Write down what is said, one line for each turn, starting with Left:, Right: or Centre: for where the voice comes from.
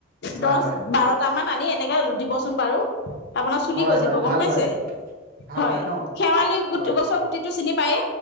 Right: হয়
Left: দহ
Right: হয়
Left: বাৰটা মান মানি এনেকে দিবচোন বাৰু। আপোনাৰ চুলি
Right: হয়
Left: গজিব
Right: হয়
Left: গম
Right: ভাল
Left: পাইছে,
Right: হয় ভাল
Left: হয়
Right: ন
Left: শেৱালি গু
Right: হয়
Left: গছৰ
Right: হয়
Left: গুটিত চিনি পায়ে।